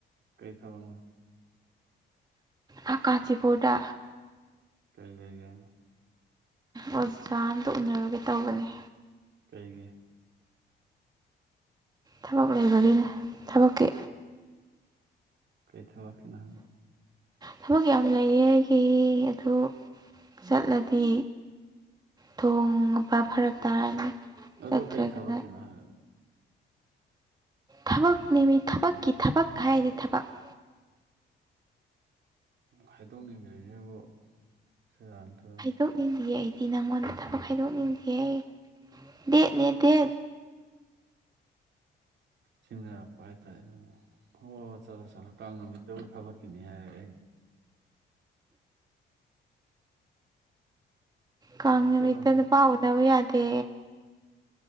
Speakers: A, on the right; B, on the right.
A: ꯀꯔꯤ ꯊꯕꯛꯅꯣ
B: ꯑꯥ ꯀꯥꯟꯆꯤꯄꯨꯔꯗ
A: ꯀꯩ ꯂꯩꯒꯦ ꯍꯥꯏꯅꫭ
B: ꯑꯣꯖꯥ ꯑꯝꯇ ꯎꯅꯔꯨꯒꯦ ꯇꯧꯕꯅꯦ
A: ꯀꯩꯒꯤ
B: ꯊꯕꯛ ꯂꯩꯕꯒꯤꯅꯦ ꯊꯕꯛꯀꯤ
A: ꯀꯩ ꯊꯕꯛ ꯀꯤꯅꫭ ꯍꯥꯏꯕ
B: ꯊꯕꯛ ꯌꯥꯝ ꯂꯩꯌꯦ ꯑꯩꯒꯤ ꯑꯗꯨ ꯆꯠꯂꯗꯤ ꯊꯣꯡꯕ ꯐꯔꯛ ꯇꯥꯔꯅꯤ
A: ꯑꯗꫭ
B: ꯆꯠꯇ꯭ꯔꯒꯅ
A: ꯀꯩ ꯊꯕꯛꯀꯤꯅꯣ ꯍꯥꯏ
B: ꯊꯕꯛꯅꯦꯃꯤ ꯊꯕꯛꯀꯤ ꯊꯕꯛ ꯍꯥꯏꯔꯗꯤ ꯊꯕꯛ
A: ꯍꯥꯏꯗꯣꯛꯅꯤꯡꯗꯔꯤꯁꯤꯕꯨ ꯁꯤꯔꯟ ꯇꯨꯔꯟ
B: ꯅꫭꯛꯅꯤꯡꯗꯤꯌꯦ ꯑꯩꯗꯤ ꯅꯪꯉꯣꯟꯗ ꯊꯕꯛ ꯍꯥꯏꯗꯣꯛꯅꯤꯡꯗꯤꯌꯦ ꯗꯦꯠꯅꯦ ꯗꯦꯠ
A: ꯁꯤꯡꯅꯔꯛꯄ ꯍꯥꯏꯇꯥꯔꯦ ꯍꯣꯏ ꯍꯣꯏ ꯆꯠꯂꯣ ꯆꯠꯂꯣ ꯀꯥꯡ ꯅꯨꯃꯤꯠꯇꯕꯨ ꯊꯕꯛꯀꯤꯅꯤ ꯍꯥꯏꯔꯛꯑ
B: ꯀꯥꯡ ꯅꯨꯃꯤꯠꯇ
A: ꯆꯠꯂꯣꯀꯣ
B: ꯅꯨꯄꯥ ꯎꯅꯕ ꯌꯥꯗꯦ